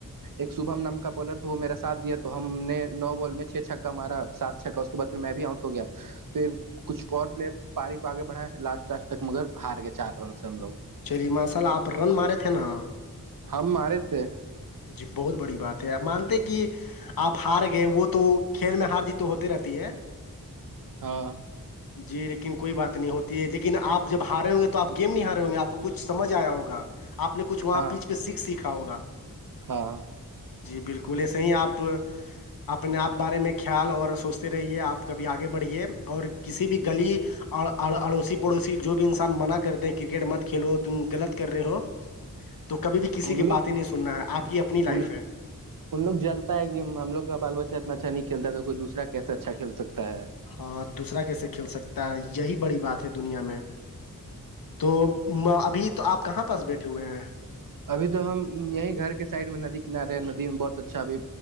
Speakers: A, on the right (about 65°); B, on the left (about 75°).
A: ایک شبم نم کا بالر تو وہ میرا ساتھ دیا تو ہم نے نو بال میں چھ چھک کا ہمارا ساتھ اچھا اس کے بعد پھر میں بھی آؤٹ ہو گیا پھر کچھ اور پلیئر پاری آگے بڑایا پھر لاسٹاسٹ تک مگر ہاریا چار رن سے ہم لوگ
B: چلیے ماصال آپ رن مارے تھے نا
A: ہم مارے تھے
B: جی بہت بڑی بات ہے آپ مانتے کہ آپ ہار گئے وہ تو کھیل میں ہار جی تو ہوتے رہتی ہے
A: ہاں
B: <inaudible> جی لیکن کوئی بات نہیں ہوتی ہے لیکن آپ جب ہارے ہوں گے تو آ گیم نہیں ہارے ہوں گے آپ کو کچھ سمجھ آیا ہوگا آپ نے کچھ وہاں
A: ہاں
B: پیچ پہ سیکھ سیکھا ہوگا
A: ہاں
B: جی بالکل یہ صح ہی آپ اپنے آپ بارے میں خیال اور سوچتے رہیے آپ کبھی آگے بڑھیے اور کسی بھی گلی اور اڑوسی پڑوسی جو بھی انسان منع کرتے ہیں کرکٹ مت کھیلو تم غلط کر رہے ہو تو کبھی بھی کسی
A: ان
B: کے
A: لوگ
B: باتیں نہیں سننا ہے آپ کی اپنی لائف
A: ان
B: ہے
A: ان لو جلتا ہے کہ ہم لوگ کا بال بچہ اتنا اچھا نہیں کلتا ہے تو کوئی دوسرا کیسے اچھا کل سکتا ہے
B: اور دوسرا کیسے کھیل سکتا ہے یہی بڑی بات ہے دنیا میں تو ابھی تو آپ کہاں پاس بیٹھے ہوئے ہیں
A: ابھی تو ہم یہیں گھر کے سائڈ میں ندی کنارے ہیں ندی میں بہت اچھا ابھی